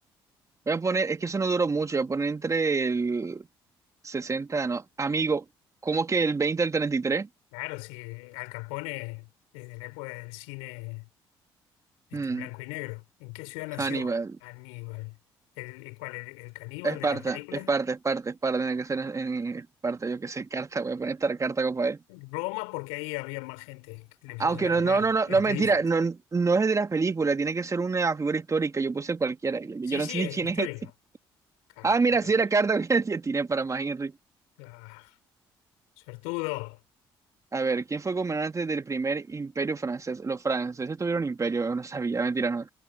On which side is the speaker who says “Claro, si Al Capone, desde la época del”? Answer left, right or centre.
Left